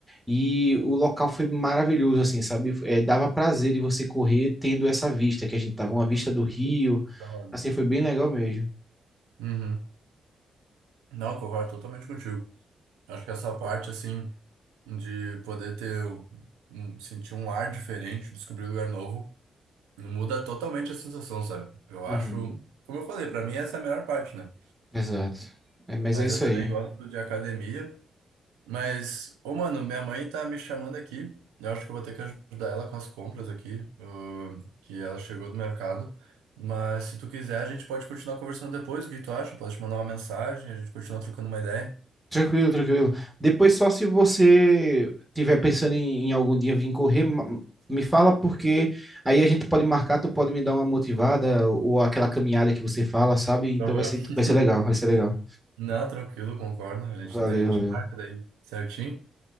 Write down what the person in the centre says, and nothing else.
e o local foi maravilhoso assim, sabe? Eh, dava prazer de você correr tendo essa vista que a gente tava, uma vista
do rio.
Assim, foi bem legal mesmo.
Uhum.
Exato. É, mas
é isso
aí.
Tranquilo, tranquilo. Depois, só se você tiver pensando em, em algum dia vir correr, ma- me fala, porque aí a gente pode marcar, tu pode me dar uma motivada ou aquela caminhada que você fala, sabe? Então
vai ser, vai ser legal, vai ser legal.
Valeu,
valeu.